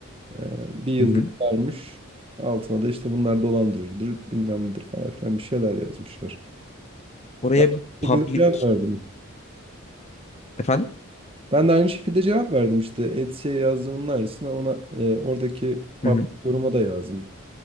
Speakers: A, on the right (about 25°); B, on the left (about 30°).
A: Ee, bir yıldız
B: Hı hı.
A: vermiş. Altına da işte bunlar dolandırıcıdır bilmem nedir falan filan bir şeyler yazmışlar.
B: Oraya
A: Ben de
B: bir public
A: aynı şekilde cevap verdim.
B: efendim?
A: Ben de aynı şekilde cevap verdim işte. Etsy'ye yazdığımın aynısını ona e, oradaki public
B: Hı hı.
A: yoruma da yazdım.